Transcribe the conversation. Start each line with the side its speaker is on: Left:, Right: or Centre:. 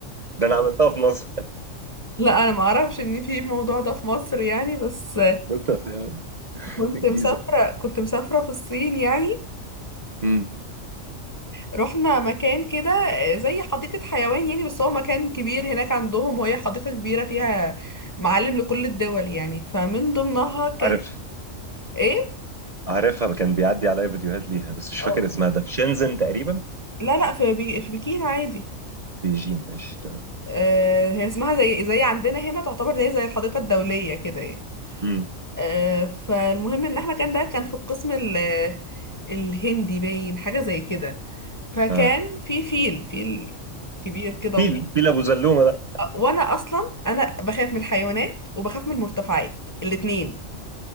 Right: ده انا عملتها في مصر
Left: لا انا ما اعرفش ان في الموضوع ده في مصر يعني بس
Right: <laughs> دكتور حيوان
Left: كنت
Right: في الجيزه
Left: مسافره كنت مسافره في الصين يعني
Right: امم
Left: ورحنا مكان كده زي حديقة حيوان يعني بس هو مكان كبير هناك عندهم وهي حديقة كبيرة فيها معالم لكل الدول يعني فمن ضمنها كان
Right: عارف
Left: ايه
Right: عارفها كان بيعدي عليا فيديوهات ليها بس مش فاكر
Left: آه.
Right: اسمها ده في شنزن تقريبا
Left: لا لا في بي... في بكين عادي
Right: بيجين مش تمام
Left: آه، هي اسمها زي زي عندنا هنا تعتبر زي زي الحديقة الدولية كده يعني
Right: امم
Left: آه، فالمهم ان احنا كان ده كان في القسم ال... الهندي باين حاجة زي كده فكان
Right: اه
Left: في فيل فيل كبير كده
Right: فيل فيل ابو زلومه
Left: وانا اصلا انا بخاف من الحيوانات وبخاف من المرتفعات الاتنين